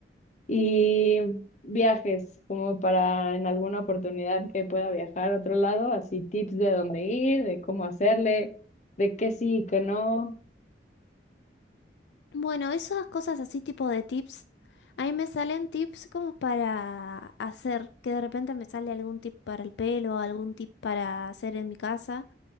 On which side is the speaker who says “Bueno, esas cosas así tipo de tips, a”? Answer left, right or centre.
Left